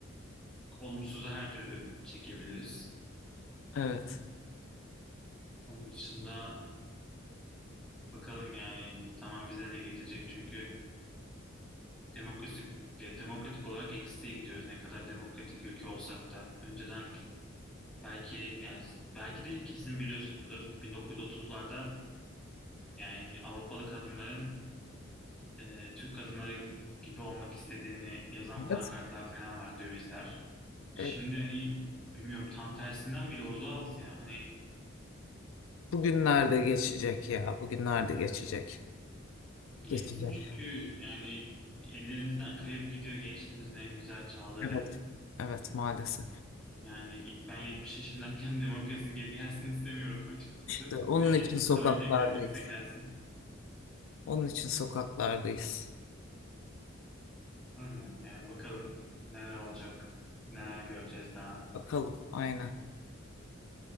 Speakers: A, in the centre; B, on the left (about 80°).
A: Olumsuzu her türlü çekebiliriz.
B: Evet.
A: Onun dışında bakalım yani zaman bize ne getirecek çünkü demokratik de- demokratik olarak eksiğe gidiyoruz. Ne kadar demokratik ülke olsak da önceden Belki yani belki de kesin biliyorsundur. 1930'larda yani Avrupalı kadınların e, Türk kadınları gibi olmak istediğini yazan
B: Evet.
A: pankartlar falan var, dövizler. Şimdi
B: E,
A: hani bilmiyorum tam tersinden bile uzağız ya. Hani
B: bugünlerde geçecek ya. Bugünlerde geçecek.
A: yetsin
B: Geçecek.
A: çünkü yani ellerimizden kayıp gidiyor gençliğimizin en güzel çağları.
B: Evet. Evet maalesef.
A: Yani ben 70 yaşındayken <laughs> demokrasi geri gelsin istemiyorum açıkçası.
B: İşte onun
A: Yani
B: için
A: 70'den
B: sokaklardayız.
A: önce gelecekse gelsin.
B: Onun için sokaklardayız.
A: Aynen. Yani bakalım neler olacak, neler göreceğiz daha.
B: Bakalım aynen.